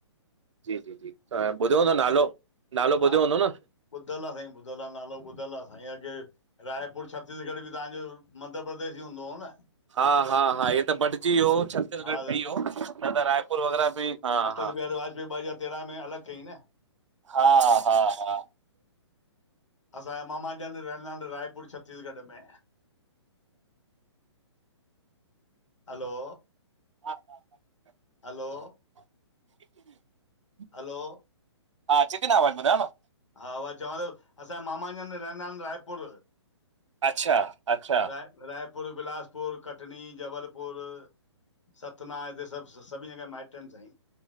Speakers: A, on the right; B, on the left.
A: जी, जी, जी, तहां ॿुधियो हूंदो नालो नालो
B: हा
A: ॿुधियो हूंदो न
B: ॿुधल आ, साईं ॿुधलु आ, नालो ॿुधलु आ साईं, अगे रायपुर, छत्तीसगढ़ बि तव्हांजो मध्य प्रदेश ईं हूंदो हो न?
A: हा, हा, हा हे त बटजी वियो छ छत्तीसगढ़
B: हा
A: ठही वियो न त रायपुर वग़ैरा बि, हा
B: अटल
A: हा
B: बिहारी वाजपेयी ॿ हज़ार तेरहं में अलॻि कई न
A: हा हा हा,
B: असांजा मामा ॼन रहंदा आहिन रायपुर छत्तीसगढ़ में। हलो,
A: हा हा हा,
B: हलो,
A: <inaudible>
B: हलो,
A: हा, अचे ती न आवाज़ ॿुधयो न
B: हा वा चवां थो असांजा मामा जन र ना इन रायपुर,
A: अच्छा अच्छा
B: राय रायपुर बिलासपुर कटनी जबलपुर सतना हिते सभु अं सभी जगह माइट इन सांईं।